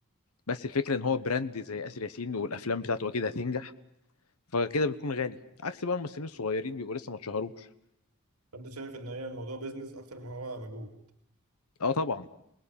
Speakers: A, on the left; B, on the right.
A: بس الفكره ان هو براند زي آسر ياسين والافلام بتاعته اكيد هتنجح فكده بيكون غالي عكس بقى الممثلين الصغيرين بيبقوا لسه ما اتشهروش
B: فانت شايف ان هي الموضوع بيزنس اكتر ما هو مجهود
A: اه طبعا